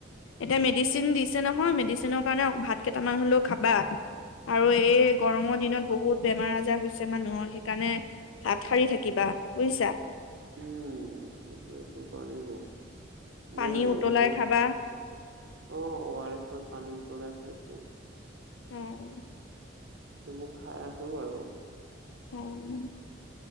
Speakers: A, on the left; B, on the right.
A: এতিয়া মেডিচিন দিছে নহয় মেডিচিনৰ কাৰণে ভাত কেইটামান হলেও খাবা। আৰু এই গৰমৰ দিনত বহুত বেমাৰ আজাৰ হৈছে মানুহৰ সেইকাৰণে হাত সাৰি থাকিবা বুজিছা।
B: উম এইটো কাৰণ গ <unintelligible>
A: পানী
B: নাই
A: উতলাই
B: গ অ',
A: খাবা
B: আৰ এছত পানী উতলাই খাইছোঁ।
A: উম।
B: এইবোৰ খাই আছোঁ বাৰু।
A: অ',